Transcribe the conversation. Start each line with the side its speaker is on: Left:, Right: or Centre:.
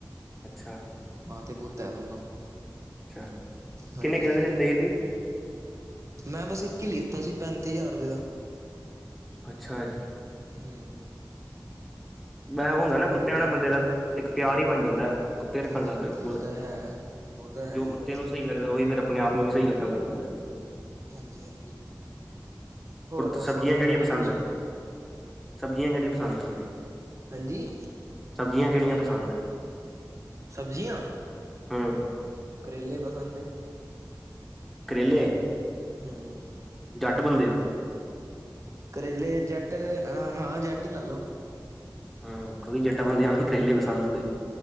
Centre: ਅੱਛਾ-ਅੱਛਾ।
Right: ਮਾਂ ਤੇ ਪੁੂੱਤ ਹੈ ਦੋਨੋ
Centre: ਅੱਛ
Right: ਹਾਂਜੀ
Centre: ਕਿੰਨੇ ਕਿੰਨੇ ਦੇ ਲਿੱਤੇ ਸੀ ਤੁਸੀਂ
Right: ਮੈਂ ਬਸ ਇੱਕ ਹੀ ਲਿੱਤਾ ਸੀ ਪੈਂਤੀ ਹਜ਼ਾਰ ਰੁਪਏ ਦਾ
Centre: ਅੱਛਾ ਜੀ
Right: ਹਮ
Centre: ਮੈਸ ਹੁੰਦਾ
Right: ਚੰਡੀਗੜ੍ਹੋਂ
Centre: ਨਾ ਕੁੱਤਿਆਂ ਨਾਲ ਬੰਦੇ ਦਾ ਇੱਕ ਪਿਆਰ ਹੀ ਬਣ ਜਾਂਦਾ ਕੁੱਤੇ ਰੱਖਣ
Right: ਹਾਂਜੀ
Centre: ਲੱਗ
Right: ਹਾਂਜੀ
Centre: ਗਏਕੁਲ
Right: ਉਹ ਤਾਂ ਹੈ ਉਹ ਤਾਂ ਹੈਗੀ
Centre: ਜੋ ਕੁੱਤੇ
Right: ਗੱਲ
Centre: ਨੂੰ ਸਹੀ ਫੇਰ ਉਹੀ ਫੇਰ ਆਪ ਨੂੰ ਵੀ ਸਹੀ ਲੱਗਣ ਲੱਗ ਪੈਂਦਾ
Right: ਹਾਂਜੀ ਹਾਂਜੀ ਹੋਰ ਦੱਸੋ
Centre: ਸਬਜ਼ੀਆਂ
Right: ਆਪਣੇ
Centre: ਕਿਹੜੀਆਂ
Right: ਬਾਰੇ
Centre: ਪਸੰਦ
Right: ਕੁਛ
Centre: ਆ? ਸਬਜ਼ੀਆਂ ਕਿਹੜਿਆਂ ਪਸੰਦ ਤੁਹਾਨੂੰ
Right: ਹਾਂਜੀ
Centre: ਸਬਜ਼ੀਆਂ ਕਿਹੜੀਆਂ ਪਸੰਦ ਹੈ
Right: ਸਬਜ਼ੀਆਂ
Centre: ਹਮ
Right: ਕਰੇਲੇ ਪਸੰਦ ਏ
Centre: ਕਰੇਲੇ
Right: ਹਮ
Centre: ਜੱਟ ਬੰਦੇ ਹੋ
Right: ਕਰੇਲੇ ਜੱਟ ਹਾਂ ਜੱਟ ਹੀ ਲਾ ਲੋੋ
Centre: ਹਮ ਕਈ ਜੱਟਾ ਬੰਦਿਆਂ ਨੂੰ ਵੀ ਕਰੇਲੇ ਪਸੰਦ ਹੁੰਦੇ